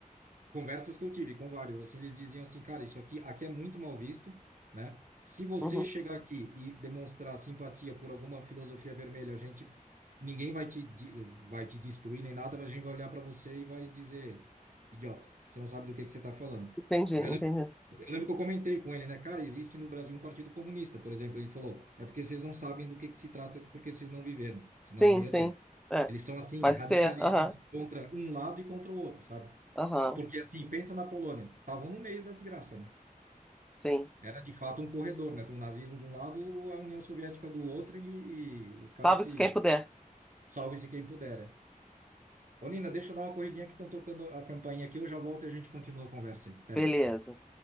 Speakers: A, on the right; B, in the centre.
A: conversas que eu tive com vários, assim, eles diziam assim, cara, isso aqui, aqui é muito mal visto, né? Se você
B: uhum.
A: chegar aqui e demonstrar simpatia por alguma filosofia vermelha, a gente, ninguém vai te, de- vai te destruir nem nada, mas a gente vai olhar para você e vai dizer, idiota, você não sabe do que que você está falando.
B: Entendi,
A: Aí
B: entendi.
A: eu lembro, eu lembro que eu comentei com ele, né? Cara, existe no Brasil um partido comunista, por exemplo. Ele falou, é porque vocês não sabem do que que se trata, porque vocês não viveram, senão
B: Sim,
A: não ia
B: sim.
A: ter.
B: É.
A: Eles são, assim,
B: Pode
A: radicalíssimos
B: ser. Aham.
A: contra um lado e contra o outro, sabe?
B: Aham.
A: Porque assim, pensa na Polônia, estavam no meio da desgraça, né?
B: Sim.
A: Era de fato um corredor, né? Tem o nazismo de um lado, a União Soviética do outro e, e os caras
B: Salve-se
A: se
B: quem puder.
A: salve-se quem puder. né? Ô, Nina, deixa eu dar uma corridinha que estão tocando a campainha aqui, eu já volto e a gente continua a conversa aí. Pera
B: Beleza.
A: aí.